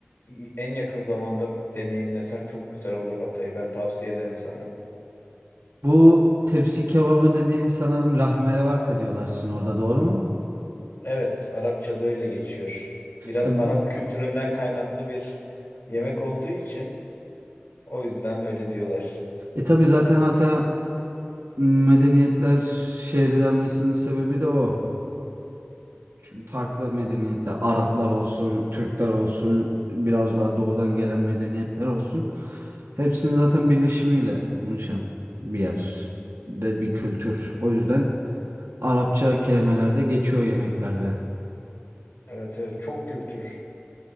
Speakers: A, on the left; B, on the right.
A: e- en yakın zamanda deneyimlesen çok güzel olur Hatay'ı. Ben tavsiye ederim sana.
B: Bu tepsi kebabı dediğin sanırım lahmelevarka diyorlar sizin orada doğru mu?
A: Evet, Arapça'da öyle geçiyor. Biraz
B: Ya,
A: Arap
B: bu-
A: kültüründen kaynaklı bir yemek olduğu için o yüzden öyle diyorlar.
B: e tabii zaten Hatay medeniyetler şehri denmesinin sebebi de o. Çünkü farklı medeniyetler, Araplar olsun, Türkler olsun, biraz daha doğudan gelen medeniyetler olsun. Hepsinin zaten birleşimiyle oluşan bir yer ve bir kültür. O yüzden Arapça kelimeler de geçiyor yemeklerde.
A: Evet evet çok kültür